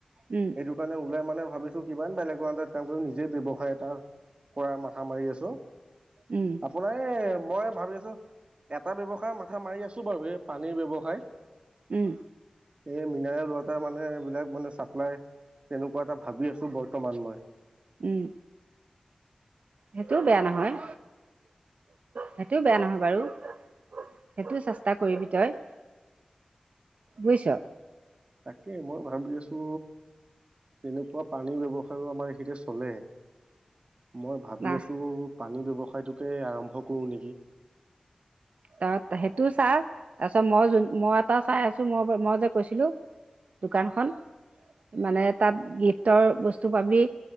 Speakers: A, on the right (about 80°); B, on the right (about 55°).
A: উম
B: সেইটো কাৰণে ওলাই মানে ভাবিছো কিমান বেলেগ ৰ আন্দ্ৰত কাম কৰি নিজে ব্যয়ৱসায় এটা কৰা মথা মাৰি আছো
A: উম
B: আপোনাৰ এই মই ভাবি আছো এটা ব্যয়ৱসায় মাথা মাৰি আছো বাৰু এই পানীৰ ব্যৱসায়
A: উম
B: এই মিনাৰেল ৱাটাৰ মানে এইবিলাক মানে চাপ্লাই, তেনেকুৱা এটা ভাবি আছো বৰ্তমান মই।
A: উম, সেইটোও বেয়া নহয়, সেইটোও বেয়া নহয় বাৰু, সেইটো চেষ্টা কৰিবি তই বুজিছ
B: তাকে মই ভাবি আছো, তেনেকুৱা পানীৰ ব্যৱসায়ো আমাৰ এইখিতে চলে। মই ভাবি
A: না
B: আছোঁ পানীৰ ব্যৱসায়টোকে আৰম্ভ কৰো নেকি?
A: ত সেইটো চা তাৰপিছত মই যোন মই এটা চাই আছোঁ মই মই যে কৈছিলোঁ, দোকানখন মানে তাত গিফ্টৰ বস্তু পাবি